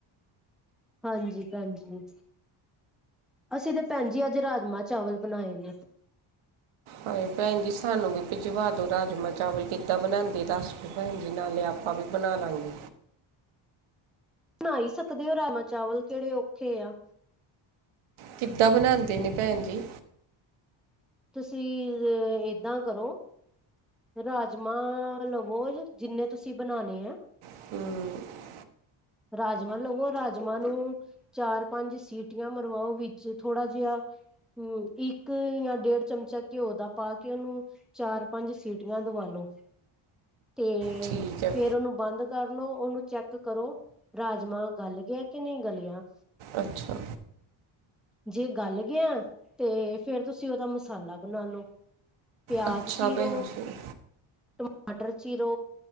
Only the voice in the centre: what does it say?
ਹਾਂਜੀ ਭੈਣਜੀ। ਅਸੀਂ ਤੇ ਭੈਣ ਜੀ ਅੱਜ ਰਾਜਮਾਂ ਚਾਵਲ ਬਣਾਏ ਨੇ।
ਬਣਾ ਈ ਸਕਦੇ ਹੋ ਰਾਜਮਾ ਚਾਵਲ ਕੇੜੇ ਔਖੇ ਆ।
ਤੁਸੀਂ ਏਦਾਂ ਕਰੋ। ਰਾਜਮਾਂ ਲਵੋ ਜਿੰਨੇ ਤੁਸੀਂ ਬਣਾਣੇ ਆ।
ਰਾਜਮਾਂ ਲਵੋ ਰਾਜਮਾਂ ਨੂੰ ਚਾਰ ਪੰਜ ਸੀਟੀਆਂ ਮਰਵਾਓ ਵਿੱਚ ਥੋੜ੍ਹਾ ਜਿਹਾ ਹੂੰ ਇੱਕ ਜਾਂ ਡੇਢ ਚਮਚਾ ਘਿਓ ਦਾ ਪਾ ਕੇ ਉਹਨੂੰ ਚਾਰ ਪੰਜ ਸੀਟੀਆਂ ਦਵਾ ਲੋ। ਤੇ
ਫਿਰ ਉਹਨੂੰ ਬੰਦ ਕਰ ਲੋ ਓਨੂੰ ਚੈੱਕ ਕਰੋ। ਰਾਜਮਾਂ ਗਲ ਗਿਆ ਕਿ ਨਈ ਗਲਿਆ।
ਜੇ ਗੱਲ ਗਿਆ ਤੇ ਫਿਰ ਤੁਸੀਂ ਉਹਦਾ ਮਸਾਲਾ ਬਣਾ ਲਓ। ਪਿਆਜ
ਚੀਰੋ
ਟਮਾਟਰ ਚੀਰੋ